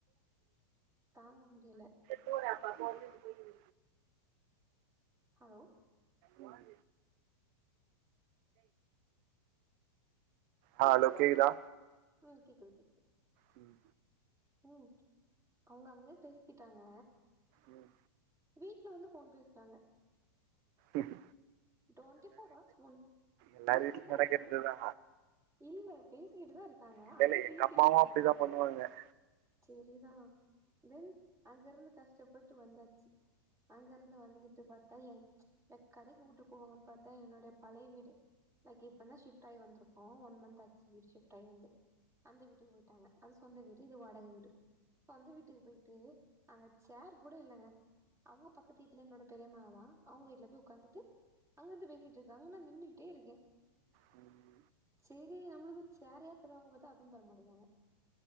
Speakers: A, on the right; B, on the right.
A: தாங்க முடியல
B: போறப்பா போ போ <unintelligible>
A: ஹலோ
B: வா <inaudible> அ ஹலோ கேக்குதா
A: ம் கேக்குது கேக்குது
B: ம்
A: ம் அவங்க அங்க பேசிக்கிட்டாங்க
B: ம்
A: வீட்ல வந்து ஃபோன் பேசுறாங்க
B: ம்
A: டுவென்டி ஃபோர் ஹவர்ஸ் ஃபோன்
B: எல்லார்
A: பேசிக்கிட்டு
B: வீட்லயு
A: தா
B: நடக்கிறதுதா
A: இருக்காங்க இல்ல பேசிக்கிட்டு தா இருக் ஆனா
B: இல்ல
A: அங்க
B: இல்ல
A: பேயு
B: எங்க அம்மாவு
A: பேசுறாங்க
B: அப்டிதா பண்ணுவாங்க
A: செரிதா தென் அங்க இருந்து கஷ்டப்பட்டு வந்தாச்சி அங்க இருந்து வந்துகிட்டு பாத்தா என் எ கடைக்கு கூட்டு போவாங்கன் பாத்தா என்னுட பழைய வீடு லைக் இப்பந் தா சிப்ட்டாகி வந்திருக்கோ ஒன் மந்த் ஆச்சி வீடு சிப்ட்டாகி வந்து அந்த வீட்டுக்கு போய்ட்டாங்க அது சொந்த வீடு இது வாடக வீடு சொந்த வீட்டுக்கு போய்ட்டு அங்க சர் கூட இல்லங்க அங்க பக்கத்து வீட்ல என்னோட பெரிமா வா அவங்க வீட்ல போய் உக்காந்துட்டு அங்கிருந்து பேசிட்டு இருக்காங்க நா நின்னுகிட்டே இருக்கே
B: ம்
A: சேரி நம்மளுக்கும் ஒரு சேரையாது தருவாங்க பாத்தா அதுவு தரமாட்டிகாங்க